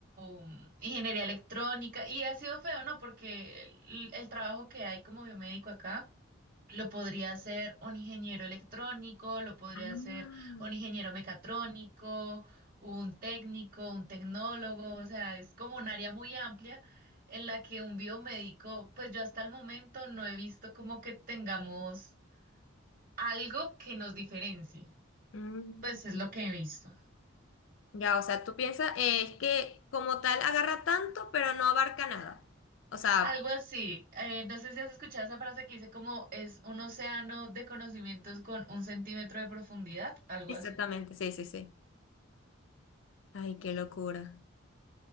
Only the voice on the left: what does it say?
Ah.
Mm.
Ya, o sea, tú piensas, eh, es que como tal agarra tanto, pero no abarca nada. O sea,
exactamente,
sí, sí, sí. Ay, qué locura.